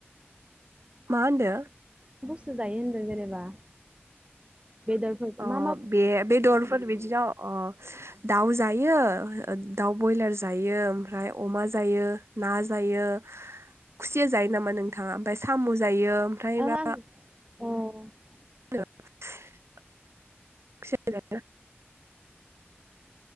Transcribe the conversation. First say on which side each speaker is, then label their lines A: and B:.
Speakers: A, on the right; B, on the right.
A: मा होनदो?
B: <unintelligible> जायो होनदों जेनेबा बेदरफोर
A: अ
B: मा मा
A: बे बेदरफोर बिदिनाव अ दाउ जायो दाउ बयलार जायो ओमफ्राय अमा जायो ना जायो खुसिया जायो नामा नोंथाङा ओमफाय साम जायो ओमफ्राय
B: <unintelligible>
A: मा
B: <unintelligible>
A: <unintelligible> <unintelligible>